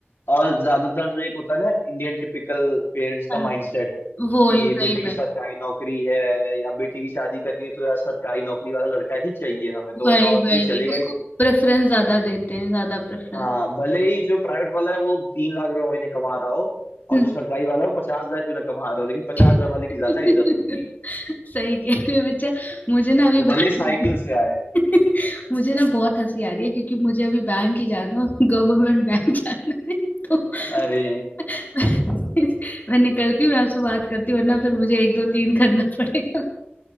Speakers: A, on the left (about 70°); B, on the left (about 50°).
A: और ज्यादातर एक होता है ना इंडियन टिपिकल पेरेंट्स का
B: हाँ
A: माइंडसेट कि
B: वही वही
A: बेटे की
B: वही
A: सरकारी नौकरी है या बेटी की शादी करनी है तो यार सरकारी नौकरी वाला लड़का ही चाहिए हमें तो
B: वही
A: वरना और
B: वही
A: तो कोई
B: वही
A: चलेगा
B: उसको
A: ही नहीं
B: प्रेफरेंस ज्यादा देते हैं ज्यादा प्रेफरेंस
A: हाँ भले ही जो प्राइवेट वाला है वो तीन लाख रुपए महीने कमा रहा हो और
B: हम्म
A: जो सरकारी वाला है वो पचास हजार क्यों ना कमा रहा हो लेकिन पचास
B: <laughs>
A: हजार वाले की ज्यादा इज्जत होगी
B: सही कह रहे हो बच्चा मुझे ना अभी
A: वो भले
B: बैंक
A: ही साइकिल से आए
B: <laughs> मुझे ना बहुत हंसी आ रही है क्योंकि मुझे अभी बैंक ही जाना है गवर्नमेंट बैंक जाना है तो
A: अरे
B: <laughs> मैं, मैं निकलती हूँ मैं आपसे बात करती हूँ वरना फिर मुझे एक दो तीन करना पड़ेगा